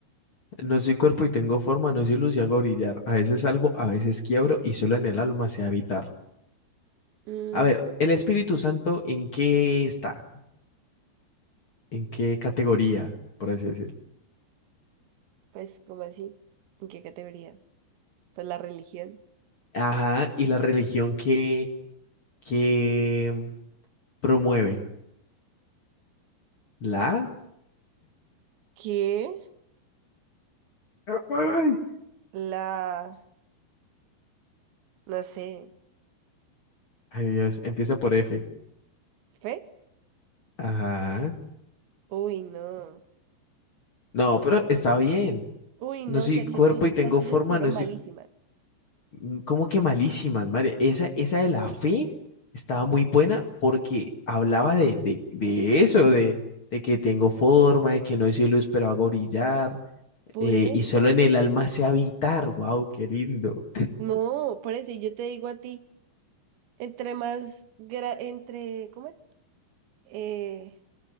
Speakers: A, on the left; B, on the right.
A: No soy cuerpo y tengo forma, no soy luz y hago brillar. A veces salvo, a veces quiebro y solo en el alma sé habitar.
B: Mm,
A: A ver, ¿el Espíritu Santo en qué está? ¿En qué categoría, por así decirlo?
B: pues, ¿cómo así? ¿En qué categoría? Pues la religión.
A: Ajá, y la religión que, que promueve. ¿La?
B: ¿Qué?
A: Ay,
B: La... no sé,
A: Ay, Dios, empieza por F.
B: ¿fe?
A: Ajá.
B: Uy, no.
A: No, pero está bien.
B: Uy,
A: No
B: no,
A: soy
B: Sergio,
A: cuerpo
B: tú,
A: y tengo
B: las tuyas
A: forma,
B: estuvieron
A: no soy
B: malísimas.
A: Mm, ¿Cómo que malísimas, María? Esa, esa de la fe estaba muy buena porque hablaba de, de, de eso, de, de que tengo forma, de que no soy luz, pero hago brillar,
B: Por
A: eh,
B: eso.
A: y solo en el alma sé habitar. ¡Wow, qué lindo!
B: No, por eso, y yo te digo a ti, entre más, gra- entre, ¿cómo es? eh,